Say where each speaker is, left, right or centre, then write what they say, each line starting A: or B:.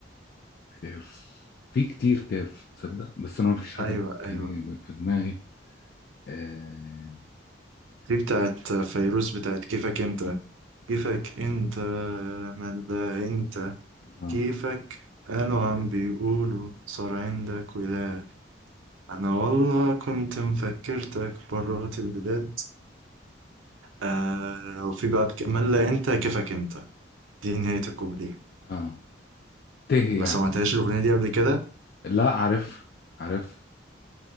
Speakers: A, on the left; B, on the right.
A: كاف في كتير كاف تصدق بس انا ما فيش حاجه
B: ايوه
A: دي
B: ايوه
A: يعني في دماغي اه
B: دي بتاعت فيروز بتاعت كيفك انت كيفك انت من ده انت
A: اه,
B: كيفك قالوا عم بيقولوا صار عندك ولاد انا والله كنت مفكرتك برات البلاد آه وفي بعد كمان لا انت كيفك انت دي نهاية الكوبليه
A: آه. ته
B: ما
A: يعني
B: سمعتهاش الأغنية دي قبل كده
A: لا عارف عارف